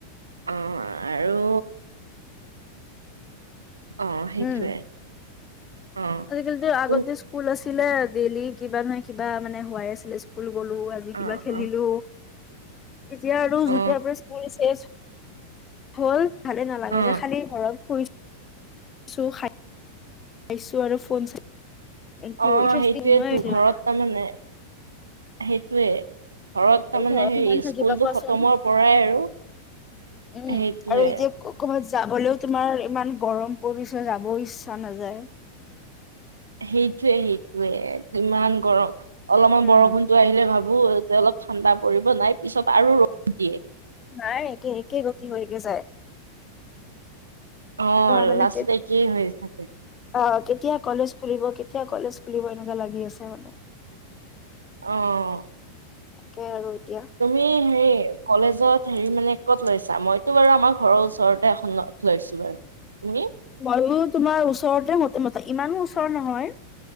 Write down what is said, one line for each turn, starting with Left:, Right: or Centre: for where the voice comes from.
Right: অ', আৰু অ, সেইটোৱে।
Left: উম
Right: অ
Left: আজিকালিতো আগতে
Right: তুম
Left: স্কুল আছিলে ডেইলি কিবা নহয় কিবা মানে হোৱাই আছিলে স্কুল গলো আজি
Right: অ
Left: কিবা খেলিলো
Right: অ
Left: এতিয়া আৰু
Right: অ
Left: যেতিয়া আপোনাৰ স্কুলে হ'ল ভালে নালাগে
Right: অ
Left: যে খালি ঘৰত শুইছ খাইছো আৰু ফোন চাই একো
Right: অ
Left: ইণ্টাৰেষ্টিং
Right: সেইটোয়েেতো
Left: নোহোৱাই হৈছে
Right: ঘৰত
Left: মানে
Right: তাৰমানমানে সেইটয়ে ঘৰত
Left: আৰু
Right: তাৰমানে হেৰি
Left: কিমান থাকিবা
Right: স্কুলটো
Left: কোৱাচোন
Right: খতমৰ পৰাই আৰু
Left: উম
Right: সেইটোৱে
Left: আৰু এতিয়া ক'বাত যাবলৈও তোমাৰ ইমান গৰম পৰিচয় যাবও ইচ্ছা নাযায়
Right: সেইটয়ে সেইটয়ে ইমান গৰম অলপমান
Left: উম
Right: বৰষুণতো আহিলে ভাবো যে অলপ ঠাণ্ডা পৰিব নাই পিছত আৰু ৰ'দ দিয়ে
Left: নাই এে একে গক হৈ গ যায়
Right: অ',
Left: মানে
Right: লাষ্টত একেই হৈ থাকে
Left: অ কেতিয়া কলেজ ফুলব কেতিয়া কলেজ খুলিব এনেকুৱা লাগি আছে মানে
Right: আহ
Left: তাকে আৰু এতিয়া
Right: তুমি হেৰি কলেজত হেৰি মানে ক'ত লৈছা মইতো বাৰু আমাৰ ঘৰৰ ওচৰতে এখন লৈছো বাৰু তুমি
Left: মইো তোমাৰ ওচৰতে ম ম ইমানো ওচৰ নহয়